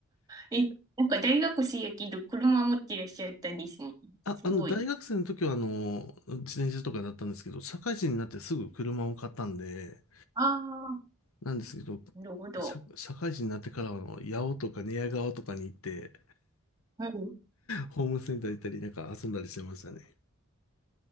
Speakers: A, on the right; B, on the left.
A: え、なんか大学生やけど車持ってらっしゃったんですね。
B: あ、
A: すごい。
B: あの、大学生の時は、あの、自転車とかだったんですけど、社会人になってすぐ車を買ったんで、
A: ああ、
B: なんですけど、
A: なるほど。
B: 社、社会人になってからは、あの、八尾とか寝屋川とかに行って、
A: はい。
B: ホームセンター行ったり、なんか遊んだりしてましたね。